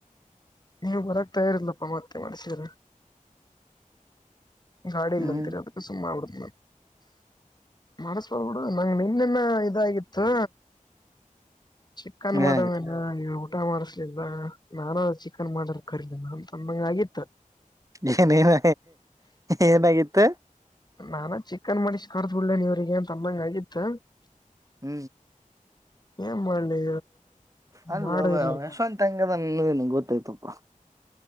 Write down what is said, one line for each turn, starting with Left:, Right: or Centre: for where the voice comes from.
Left: ನೀವು ಬರಕ್ತಾ ಇರ್ಿಲ್ಲಪ್ಪ ಮತ್ತೆ ಮಾಡಸಿದಾರ ಗಾಡಿ ಇಲ್ಲ
Right: ಹ್ಮ್
Left: ಅಂತೀರಿ ಅದಕ್ಕೆ ಸುಮ್ಮ ಆಗ್ಬಿಡ್ನಿ ನಾನು ಮಾಡಸ್ಬೋಬ ಬಿಡು ನಂಗ ನಿನ್ನೆನ್ನ ಇದಾಗಿತ್ತು ಚಿಿಕನ್
Right: ಏನಾಗಿತ್ತು
Left: ಮಡಮ್ ಎಲ್ಲ ಇ ಊಟ ಮಾಡಿಸಲಲ್ವಾ ನಾನು ಅ ಚಿಕನ್ ಮಾಡರ್ ಕರಿಲಿಲ್ಲ ನಾಂತಂದಂಗ ಆಗಿತ್ತ
Right: ಏನೇನ ಏನಾಗಿತ್ತ
Left: ನಾನ ಚಿಕನ್ ಮಾಡಿಸ್ ಕರ್ದ್ ಬಿಡ್ೇನೆ ಇವ್ರಿಗೆ ಏನ್ ತಮ್ಮಂಗ ಆಗಿತ್ತು
Right: ಹೂ
Left: ಏನ್ ಮಾಡ್ಲಿ
Right: ಅಲ್ಲ
Left: ಮಾಡಿಲ್ಲ
Right: ಯಶವಂತ ಹೆಂಗದ ನಿಂಗೂ ಗೊತ್ತಾಯ್ತಪ್ಪ